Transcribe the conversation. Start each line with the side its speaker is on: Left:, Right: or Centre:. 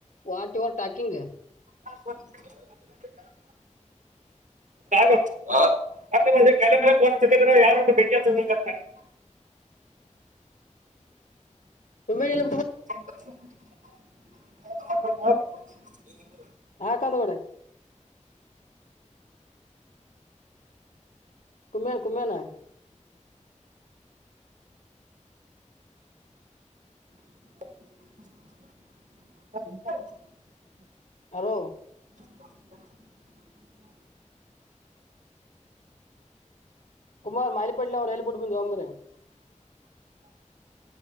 Left: ವಾಟ್ ಯುವರ್ ಟಾಕಿಂಗ್
Right: <unintelligible> ಹಾಗ ಮತ್ತೆ ಮೆ ಕ ಮೇಲೆೋಸಿದ್ರ ಯಾರ ಒಂದು ಬೆಿತ <unintelligible>
Left: ಒಮ್ಮ ಎಲ್ಲ
Right: ಹೌ <unintelligible> <inaudible>
Left: ಹಾ ಕಂದುಗಡೆ ಕಮ ಕುಮೇನಾ <inaudible>
Right: ಹ
Left: ಹೋ <unintelligible>
Right: ಹ
Left: ಕುಮಾರ್ ಮಾಲಿಿಪಟ್ಟಲಿ ಅವ್ ಹೇಳ್ಬ ಬಿಟ್ಟು ಬಂದ್ ಒಂಬ್ರೆ <unintelligible>